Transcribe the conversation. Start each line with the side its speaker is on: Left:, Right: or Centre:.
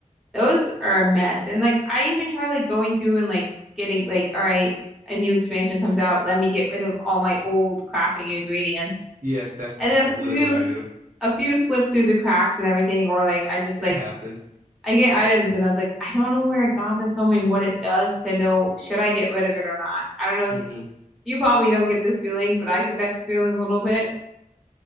Centre: those are a mess. And like I even try like going through and like getting like all right, a new expansion comes out. Let me get rid of all my old crafting ingredients,
Right: Yeah, that's
Centre: and then
Right: literally
Centre: a few
Right: what I
Centre: s-
Right: do.
Centre: a few slip through the cracks and everything, or like I just
Right: It
Centre: like
Right: happens.
Centre: I get items and I was like, I don't know where I got this from and what it does to know should I get rid of it or not. I don't know
Right: hmm
Centre: if you probably don't get this feeling, but I get that feeling a little bit.